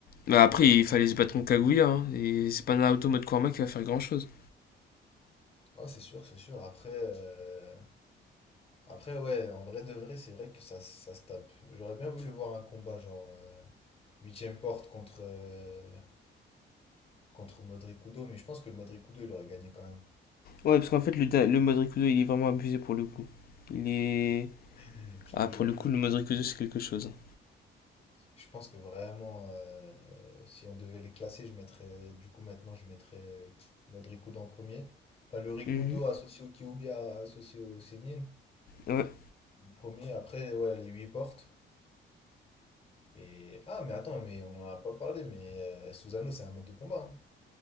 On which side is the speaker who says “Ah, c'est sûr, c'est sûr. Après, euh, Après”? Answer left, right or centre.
Left